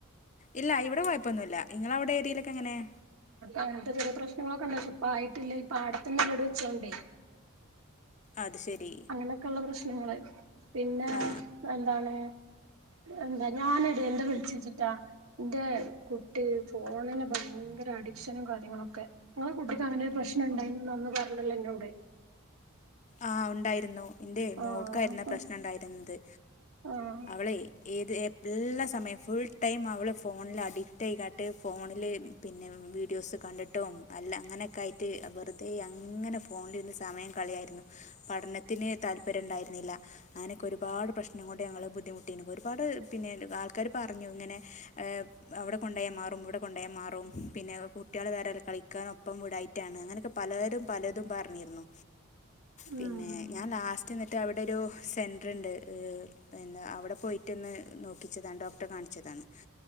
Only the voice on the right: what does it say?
അടുത്തത് ഇതേ പ്രശ്നങ്ങളൊക്കെ ഒണ്ടാക്കി ഇപ്പായിട്ടില്ല ഇപ്പ ആടെ തന്നാ വീട് വെച്ചോണ്ടേ
അങ്ങനൊക്കെള്ള പ്രശ്നങ്ങളായിരുന്നു പിന്നെ
എന്താണ് എന്താ ഞാനടെ എന്താ വിളിച്ചെച്ചിട്ടാ ന്റെ കുട്ടി ഫോണിന് ഭയങ്കര അഡിക്ഷനും കാര്യങ്ങളൊക്കെ ഇങ്ങളെ കുട്ടിക്ക് അങ്ങനൊരു പ്രശ്നം ഇണ്ടായിന്ന് അന്ന് പറഞ്ഞല്ലോ ഇന്നോട്
ആഹ്
അപ്പൊ
ആഹ്
ഉം